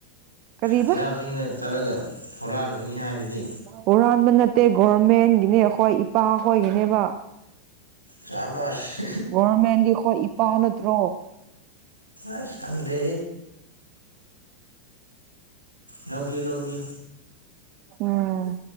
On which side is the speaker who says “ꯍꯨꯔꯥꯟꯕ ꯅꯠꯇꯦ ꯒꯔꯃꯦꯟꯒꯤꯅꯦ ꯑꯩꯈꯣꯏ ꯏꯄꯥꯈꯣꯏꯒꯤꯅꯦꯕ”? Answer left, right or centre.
Right